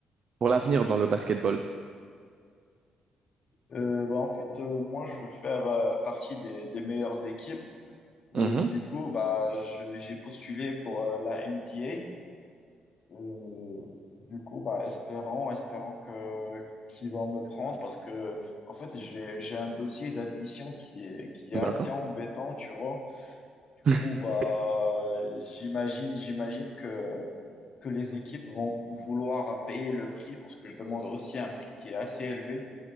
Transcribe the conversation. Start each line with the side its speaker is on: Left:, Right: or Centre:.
Right: pour l'avenir dans le basketball?
Left: Euh, bah, en fait, euh, moi, je veux faire euh, partie des, des meilleures équipes.
Right: Mhm,
Left: Euh, du coup, bah, je- j'ai postulé pour euh, la NBA. Euh, du coup, bah, espérons, espérons que qu'ils vont me prendre parce que, en fait, j'ai, j'ai un dossier d'admission qui est, qui est
Right: d'accord.
Left: assez embêtant, tu vois. Du
Right: <laughs>
Left: coup, bah, j'imagine, j'imagine que, que les équipes vont vouloir payer le prix parce que je demande aussi un prix qui est assez élevé.